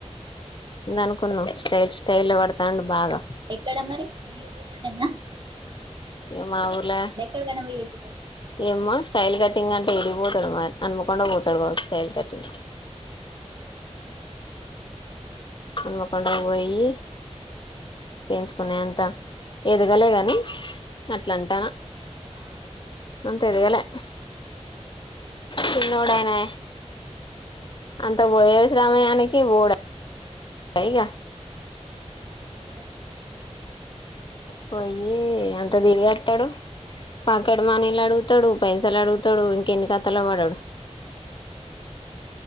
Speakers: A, on the left; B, on the right.
A: అనుకున్నా స్టైల్ స్టైల్ పడతాండు బాగా
B: ఎక్కడ మరి మీ ఊరు ఇనా
A: ఇగ మా ఊర్ల
B: <unintelligible>
A: ఏమో స్టైల్ కటింగ్ అంటే ఈడికి పోతాడు హన్మకొండ కి పోతాడు సైల్ కటింగ్ ఆ కొండకు
B: కావచ్చు
A: పోయి
B: మరి
A: పెంచుకున్నా అంత
B: ఆ
A: ఎదగలేగాని మ్ అట్ల అంటానా
B: ఆ
A: ఇంకా ఇవ్వలే చిన్నోదయనే అంత వోయేశ రామయానికి బోడ క
B: పోయే
A: పోయిి అంత తిరిగి వస్తాడు పాకెట్ మానీలు అడుగుతాడు పైసలు అడుగుతాడు ఇంకెన్ని కతాలు పడాడు